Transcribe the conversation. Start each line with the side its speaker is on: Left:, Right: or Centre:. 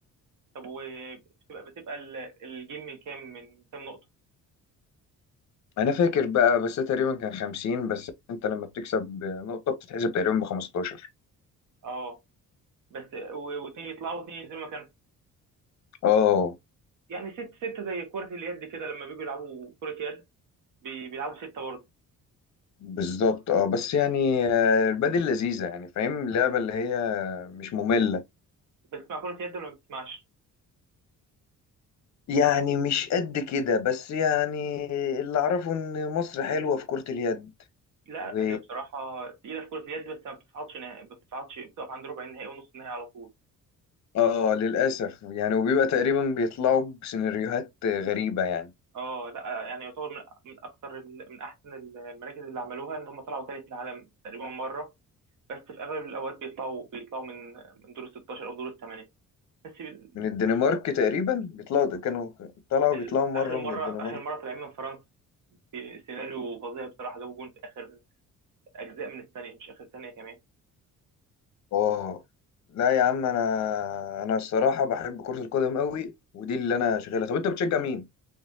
Right: طب وبتبقى بتبقى ال- الجيم من كام من كام نقطه
Left: أنا فاكر بقى بس ده تقريبا كان خمسين بس أنت لما بتكسب نقطة بتتحسب تقريبا بخمستاشر
Right: اه بس و- واثنين يطلعوا واثنين ينزلوا مكانهم
Left: اه
Right: يعني ست ستة زي كرة اليد كده لما بيجوا يلعبوا كرة يد بي- بيلعبوا ستة برضه
Left: بالظبط اه بس يعني آه، البدل لذيذة يعني فاهم اللعبة اللي هي مش مملة
Right: بتسمع كرة يد ولا ما بتسمعش؟
Left: يعني مش قد كده بس يعني اللي اعرفه ان مصر حلوة في كرة اليد
Right: لا
Left: و
Right: هي بصراحة تقيلة في كرة اليد بس ما بتصعدش نهائي ما بتصعدش بتقف عند ربع النهائي ونص النهائي على طول
Left: اه للأسف يعني وبيبقى تقريبا بيطلعوا بسيناريوهات غريبة يعني
Right: اه لا يعني يعتبر من من اكتر ال- من احسن ال- المراكز اللي عملوها ان هم طلعوا ثالث العالم تقريبا مره بس في اغلب الاوقات بيطلعوا بيطلعوا من من دور ال 16 او دور الثمانيه بس ال-
Left: من الدنمارك تقريبا بيطلعوا كانوا طلعوا
Right: ال-
Left: بيطلعوا مرة
Right: اخر
Left: من
Right: مره
Left: الدنمارك
Right: اخر مره طالعين من فرنسا في سيناريو فظيع بصراحه جابوا جون في اخر اجزاء من الثانيه مش اخر ثانيه كمان
Left: اه لا يا عم انا انا الصراحة بحب كرة القدم قوي ودي اللي انا شغالها طب انت بتشجع مين؟